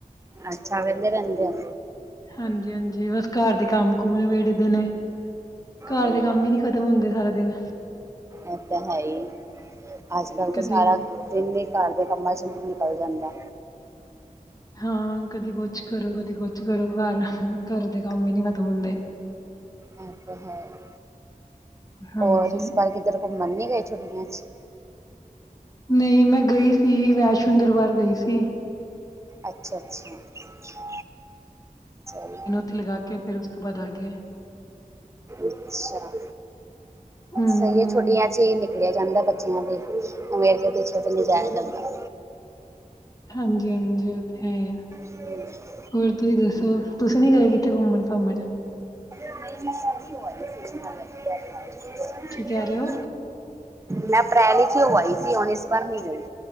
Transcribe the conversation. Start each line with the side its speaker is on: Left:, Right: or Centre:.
Right: ਅੱਛਾ ਵਿਹਲੇ ਰਹਿੰਦੇ ਓ?
Left: ਹਾਂਜੀ ਹਾਂਜੀ, ਬਸ ਘਰ ਦੇ ਕੰਮ ਕੁਮ ਨਬੇੜੀ ਦੇ ਨੇ। ਘਰ
Right: ਹੂੰ,
Left: ਦੇ ਕੰਮ ਹੀ ਨੀ ਖਤਮ ਹੁੰਦੇ ਸਾਰਾ ਦਿਨ
Right: ਐ ਤਾਂ ਹੈ ਈ, ਅੱਜ ਕੱਲ੍ਹ
Left: ਕਦੀ
Right: ਤੇ ਸਾਰਾ ਦਿਨ ਹੀ ਘਰ ਦੇ ਕੰਮਾਂ ਚ ਨਿਕਲ ਜਾਂਦਾ।
Left: ਹਾਂ, ਕਦੀ ਕੁਛ ਕਰੋ ਕਦੀ ਕੁਛ ਕਰੋ ਘਰ, ਘਰ ਦੇ ਕੰਮ ਹੀ ਨਹੀਂ ਖ਼ਤਮ ਹੁੰਦੇ।
Right: ਓ ਤਾ ਹੈ ਹੀ,
Left: ਹਾਂਜੀ
Right: ਔਰ ਇਸ ਬਾਰ ਕਿ ਕਿਤੇ ਘੁੰਮਣ ਨਹੀਂ ਗਏ ਛੁਟੀਆਂ ਚ?
Left: ਨਹੀਂ ਮੈਂ ਗਈ ਸੀ ਵੈਸ਼ਨੋ ਦਰਬਾਰ ਗਈ ਸੀ।
Right: ਅੱਛਾ ਅੱਛਾ। ਅੱਛਾ ਜੀ।
Left: ਦਿਨ ਉੱਥੇ ਲਗਾ ਕੇ ਫਿਰ ਉਸ ਤੋਂ ਬਾਅਦ ਆ ਗਏ
Right: ਅੱਛਾ
Left: ਹਮ
Right: ਸਹੀ ਏ ਛੁੱਟੀਆਂ 'ਚ ਹੀ ਨਿਕਲਿਆ ਜਾਂਦਾ ਬੱਚਿਆਂ ਦੇ ਉਵੇ ਅੱਗੇ ਪਿੱਛੇ ਤੇ ਨਹੀ ਜਾਇਆ ਜਾਂਦਾ
Left: ਹਾਂਜੀ ਹਾਂਜੀ ਉਹ ਤੇ ਹੈ ਈ ਏ
Right: <unintelligible>
Left: ਹੋਰ ਤੁਸੀਂ ਦੱਸੋ ਤੁਸੀਂ ਨੀ ਗਏ ਕਿੱਥੇ ਘੁੰਮਣ-ਘਾਮਣ
Right: <unintelligible> ਸੀ
Left: ਕੀ ਕਹਿ ਰਹੇ ਔ
Right: ਮੈਂ ਅਪ੍ਰੈਲ ਇਚ ਹੀ ਹੋ ਆਈ ਹੁਨ ਇਸ ਵਾਰ ਨੀ ਗਈ